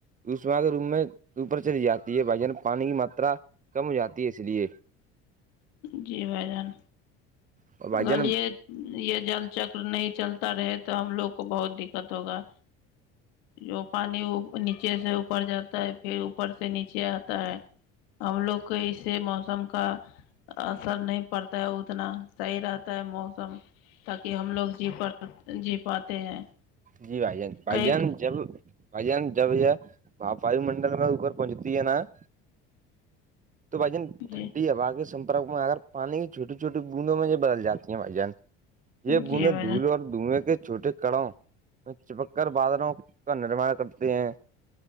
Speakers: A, on the right; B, on the left.
A: دشم کے روم میں اوپر چلی جاتی ہے بھائی جان پانی کی ماترا کم ہو جاتی ہے اس لیے
B: جی بھائی جان
A: اور بھائی
B: اگلیے
A: جان
B: یہ جل چکر نہیں چلتا رہ <inaudible> تو ہم لوگ کو بہت دقت ہوگا جو پانی اہ نیچے سے اوپر جاتا ہے پھر اوپر سے نیچے آتا ہے ہم لوگ کو اس سے موسم کا اثر نہیں پڑتا ہے اتنا صحیح رہتا ہے موسم تاکہ ہم لوگ جی پ جی پاتے ہیں
A: جی بھائی جان بھائی
B: کئی
A: جان جب بھ جان جب یہاںپ واو منڈل میں اھر پہنچتی ہے نا <inaudible> تو بھائی جن
B: جی
A: ٹھنڈی ہوا کے سمپرک میں اگر پانی کی چھوٹی چھوٹی بوندوں میں یہ بدل جاتی ہیں بھائی جان یہ
B: جی
A: بوند
B: بھائی
A: دھولیں
B: جان
A: اور دھوئیں کے چھوٹے کڑاوں چپک کر بادلوں کا نرمان کرتے ہیں